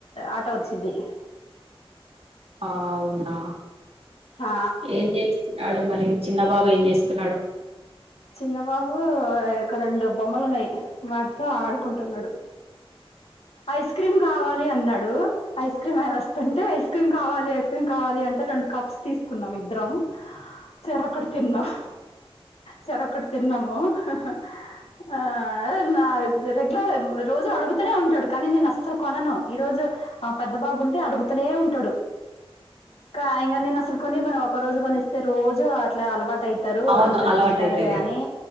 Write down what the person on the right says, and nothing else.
ఆ అవునా
ఏం చేస్తున్నాడు మరి చిన్నబాబు ఏం చేస్ స్తున్నాడు
అవును
అలవాటు
అయితది